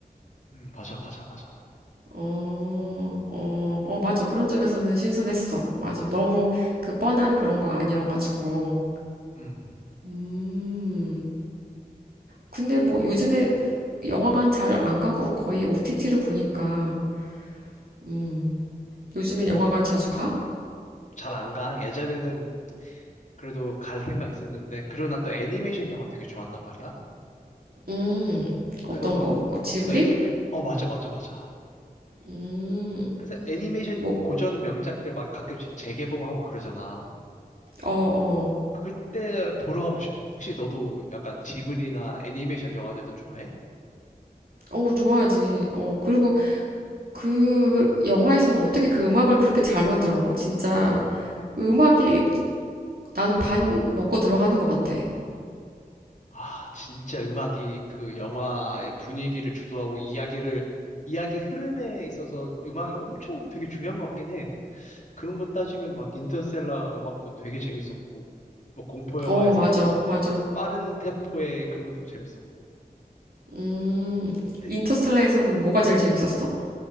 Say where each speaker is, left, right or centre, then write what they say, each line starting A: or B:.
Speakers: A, on the left; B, on the right.
A: 음, 맞아, 맞아, 맞아.
B: 어, 어, 어, 맞아. 그런 점에서는 신선했어. 맞아. 너무 그 뻔한 그런 거 아니어가지고.
A: 음,
B: 음. 근데 뭐 요즘에 영화관 잘 안 가고 거의 OTT로 보니까, 음. 요즘에
A: 그
B: 영화관 자주 가?
A: 잘안 가. 예전에는 그래도 갈 생각 있었는데, 그리고 난 또 애니메이션 영화 되게 좋아한단 말이야?
B: 음. 어떤
A: 그래서
B: 거? 뭐 지브리?
A: 애니메, 어, 맞아, 맞아, 맞아.
B: 음.
A: 그래서 애니메이션
B: 뭐,
A: 고전 명작들 막 가끔씩 재개봉하고 그러잖아.
B: 어, 어.
A: 그때 보러 가고 싶어. 혹시 너도 약간 지브리나 애니메이션 영화들도 좋아해?
B: 어, 좋아하지. 어, 그리고 그 영화에서는 어떻게 그 음악을 그렇게 잘 만들어? 진짜 음악이 나는 반 먹고 들어가는 것 같아.
A: 아, 진짜 음악이 그 영화의 분위기를 주도하고 이야기를, 이야기 흐름에 있어서 음악이 엄청 되게 중요한 것 같긴 해. 그런 거 따지면 막 인터스텔라 음악도 되게 재밌었고, 뭐 공포 영화에서는
B: 어, 맞아,
A: 막
B: 맞아.
A: 빠른 템포의 그런 것도 재밌었고.
B: 음,
A: 근데
B: 인터스텔라에서는 뭐가 제일 재밌었어?